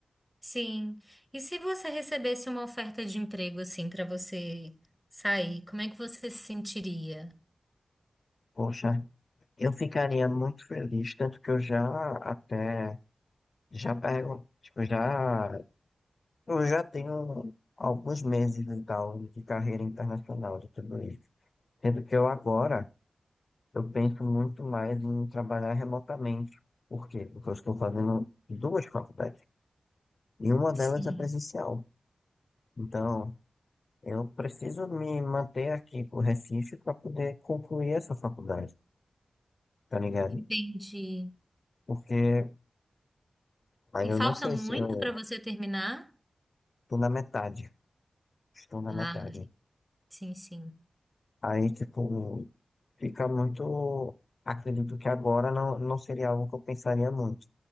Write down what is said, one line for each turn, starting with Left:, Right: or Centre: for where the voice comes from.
Centre: Sim. E se você recebesse uma oferta de emprego assim para você sair, como é que você se sentiria?
Left: Poxa, eu ficaria muito feliz, tanto que eu já até, já pergunto, tipo, já Eu já tenho alguns meses e tal de carreira internacional de tudo isso. Sendo que eu agora, eu penso muito mais em trabalhar remotamente. Por quê? Porque eu estou fazendo duas faculdades e uma delas
Centre: Sim,
Left: é presencial. Então, eu preciso me manter aqui pro Recife para poder concluir essa faculdade, tá ligado?
Centre: entendi.
Left: Porque aí
Centre: E
Left: eu
Centre: falta
Left: não sei
Centre: muito
Left: se eu
Centre: para você terminar?
Left: tô na metade. Estou na
Centre: Ah,
Left: metade.
Centre: sim, sim.
Left: Aí, tipo, Fica muito. Acredito que agora não, não seria algo que eu pensaria muito,